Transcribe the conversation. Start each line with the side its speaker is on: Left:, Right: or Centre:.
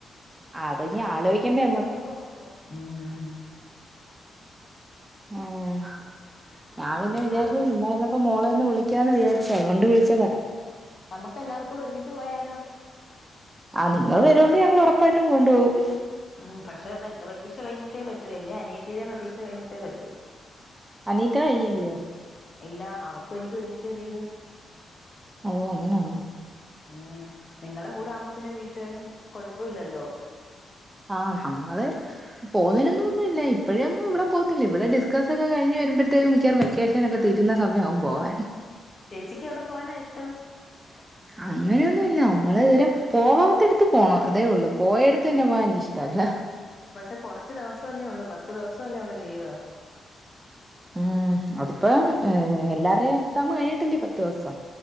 Right: അതിനി ആലോചിക്കണ്ടേ
Left: അതുപിന്നെ ആലോചിക്കണ്ടെ നമ്മക്ക് ഉം
Right: ആഹ് ഞാൻ പിന്നെ വിചാരിച്ചു
Left: ഞാൻ പിന്നെ
Right: ചുമ്മ ഇരുന്നപ്പം ഇപ്പൊ മോളെ ഒന്ന് വിളിക്കാന്ന് വിചാരിച്ച അതുകൊണ്ട് വിളിച്ചതാ
Left: നമ്മക്ക് എല്ലാർക്കും കൂടി ഒരുമിച്ച് പോയാലോ
Right: ആഹ് നിങ്ങൾ വരുങ്കി ഞങ്ങൾ ഉറപ്പായിട്ടും കൊണ്ടുപോകും
Left: ഉ്മ് പക്ഷേത എന്റെ പരീക്ഷ കഴിഞ്ഞിട്ടേ പറ്റൂ എന്റെ അനിയത്തിയും പരീക്ഷ കഴിഞ്ഞിട്ടേ പറ്റൂ
Right: അനീറ്റ കഴിഞ്ഞില്ലയോ
Left: ഇല്ല അവക്കും എനിക്ക് ഒരുമിച്ച് എ തീരു
Right: ഓ അങ്ങനെയാണോ
Left: ഉം നിങ്ങളടെ കൂടെ ആവുമ്പോ പിന്നെ വീട്ടുകാരും കൊഴപ്പ ഇല്ലല്ലോ
Right: ആഹ് നമ്മള് പോകുന്നൊന്നുമില്ല ഇപ്പോഴ ഒന്നും ഇവിടെ പോത്തില്ല ഇവിടെ ഡിസ്കസ്ക്കെഴിഞ്ഞ് വരുമ്പഴത്തേക്ക് മിക്കാറ വെകേഷനൊക്കെ തീരുന്ന സമയമാവും പോകാൻ
Left: ചേച്ചിക്ക് എവിടെ പോവാനാ ഇഷ്ടം
Right: <unintelligible> അങ്ങനെയൊന്നുമില്ല നമ്മള് ഇതുവരെ പോവാത്തടുത്ത് പോണം അതേ ഉള്ളൂ പോയ അടുത്ത് തന്നെ പോകൻ എനിക്കിഷ്ടല്ല
Left: പക്ഷെ കുറച്ച് ദിവസ അല്ലേ ഉള്ളൂ പത്ത് ദിവസം അല്ലേ ഉള്ളൂ ലീവ്
Right: ഉം അതിപ്പം എല്ലാരും എക്സാം കഴിഞ്ഞട്ടല്ലേ പത്ത് ദിവസം